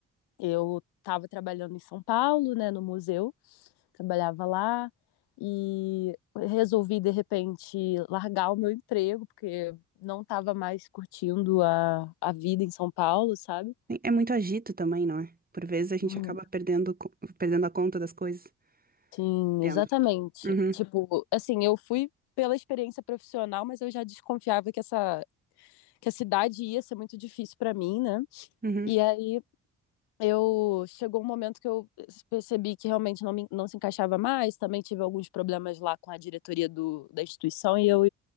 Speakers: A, on the left; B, on the right.
A: Eu tava trabalhando em São Paulo, né, no museu. trabalhava lá e resolvi de repente largar o meu emprego porque não estava mais curtindo a, a vida em São Paulo, sabe?
B: É muito agito também, não é? Por vezes a gente
A: Uhum.
B: acaba perdendo, co- perdendo a conta das coisas.
A: Sim,
B: Entendo.
A: exatamente.
B: Uhum,
A: Tipo, assim, eu fui pela experiência profissional, mas eu já desconfiava que essa que a cidade ia ser muito difícil para mim, né?
B: uhum,
A: E aí eu chegou um momento que eu percebi que realmente não, me, não se encaixava mais. Também tive alguns problemas lá com a diretoria do, da instituição e eu